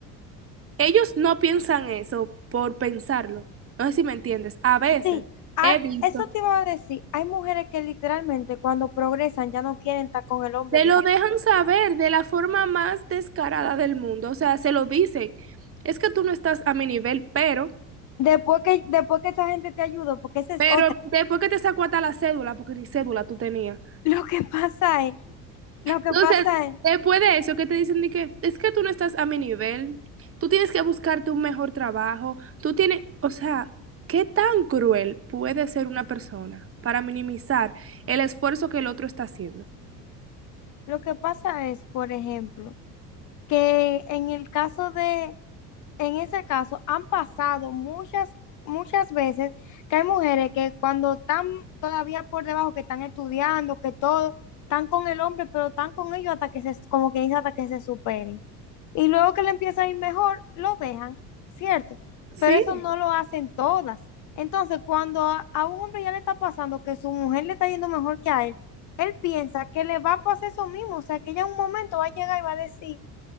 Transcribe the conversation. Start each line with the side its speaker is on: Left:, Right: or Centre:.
Right: Ellos no piensan eso por pensarlo. No sé si me entiendes. A veces
Left: Sí, ah,
Right: he visto,
Left: eso te iba a decir. Hay mujeres que literalmente cuando progresan ya no quieren estar con el hombre
Right: se
Left: que
Right: lo
Left: está.
Right: dejan saber de la forma más descarada del mundo. O sea, se lo dicen. Es que tú no estás a mi nivel, pero,
Left: Después que, después que esa gente te ayuda, porque esa es
Right: pero
Left: otra.
Right: después que te sacó hasta la cédula, porque ni cédula tú tenías.
Left: <laughs> Lo que pasa es, lo que
Right: No,
Left: pasa
Right: o sea,
Left: es,
Right: después de eso que te dicen de que es que tú no estás a mi nivel, tú tienes que buscarte un mejor trabajo, tú tienes, o sea, ¿qué tan cruel puede ser una persona para minimizar el esfuerzo que el otro está haciendo?
Left: lo que pasa es, por ejemplo, que en el caso de en ese caso han pasado muchas, muchas veces que hay mujeres que cuando están todavía por debajo, que están estudiando, que todo, están con el hombre, pero están con ellos hasta que se, como que dice, hasta que se superen. Y luego que le empieza a ir mejor, lo dejan, ¿cierto?
Right: Sí,
Left: Pero eso no lo hacen todas. Entonces, cuando a, a un hombre ya le está pasando que su mujer le está yendo mejor que a él, él piensa que le va a pasar eso mismo, o sea, que ella en un momento va a llegar y va a decir,